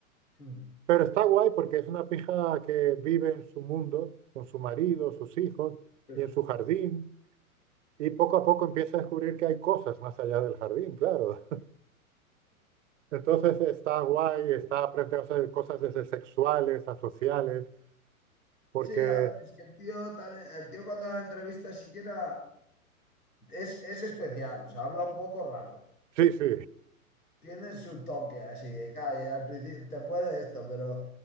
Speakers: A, on the left (about 85°); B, on the right (about 55°).
A: mm.
B: Pero está guay porque es una pija que vive en su mundo, con su marido, sus hijos
A: Sí,
B: y en su jardín, y poco a poco empieza a descubrir que hay cosas más allá del jardín, claro. Entonces está guay, está aprendiendo a hacer cosas desde sexuales a sociales, porque
A: sí, a ver, es que el tío también, el tío cuando la entrevista siquiera es, es especial, o sea, habla un poco raro.
B: sí, sí,
A: Tiene su toque así, claro, y al principio te puede esto, pero